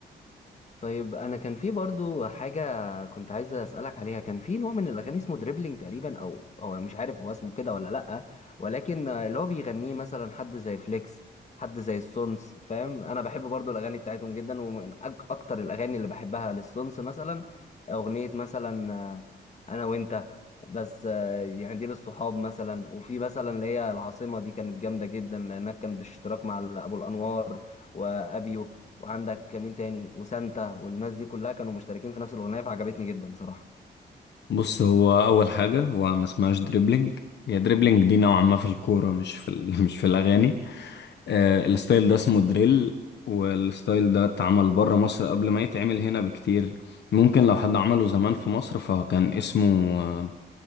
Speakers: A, on the left (about 40°); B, on the left (about 75°).
A: طيب انا كان في برضو حاجه كنت عايز اسالك عليها كان في نوع من الاغاني اسمه دريبلينج تقريبا او او مش عارف هو اسمه كده ولا لا ولكن اللي هو بيغنيه مثلا حد زي فليكس حد زي السونس فاهم انا بحب برضو الاغاني بتاعتهم جدا ومن أك اكتر الاغاني اللي بحبها للسونس مثلا اغنيه مثلا آه، انا وانت بس آه، يعني دي للصحاب مثلا وفي مثلا اللي هي العاصمه دي كانت جامده جدا لانها كان باشتراك مع ابو الانوار وابيو وعندك مين تاني وسانتا والناس دي كلها كانوا مشتركين في نفس الاغنيه فعجبتني جدا بصراحه
B: بص هو اول حاجه هو ما اسمهاش دريبلينج هي دريبلينج دي نوعا ما في الكوره مش في ال... <laughs> مش في الاغاني آه الستايل ده اسمه دريل والستايل ده اتعمل بره مصر قبل ما يتعمل هنا بكتير ممكن لو حد عمله زمان في مصر فكان اسمه آه